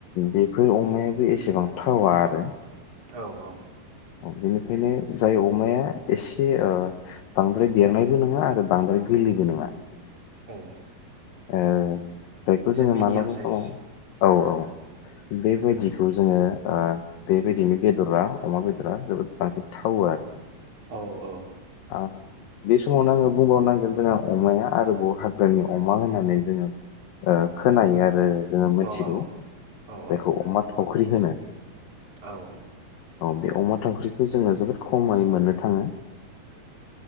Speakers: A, on the left; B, on the right.
A: बेफोर अमाया एसेबां थावा आरो।
B: औ औ।
A: बेनिखायनो जाय अमाया एसे ओ बांद्राय देरनायबो नङा आरो बांद्राय गोरलैबो नङा
B: औ।
A: ओ जायखौ
B: एसे
A: जोङो
B: मिडियाम
A: मालाबा
B: साइज
A: समाव औ औ। बेबायदिखौ जोङो ओ बेबायदिनि बेद'रा अमा बेद'रा जोबोद बांसिन थावो आरो।
B: औ औ।
A: आ बे समावनो आङो बुंबावनांगोन जोंहा अमाया आरोबाव हाग्रानि अमा अमा होननानै जोङो ओ खोनायो
B: औ
A: आरो जोङो मोनथिगौ
B: औ औ
A: बेखौ अमा थाव फख्रि होनो।
B: औ।
A: औ बे अमा थावख्रिखौ जोङो जोबोद खमायै मोननो थाङो।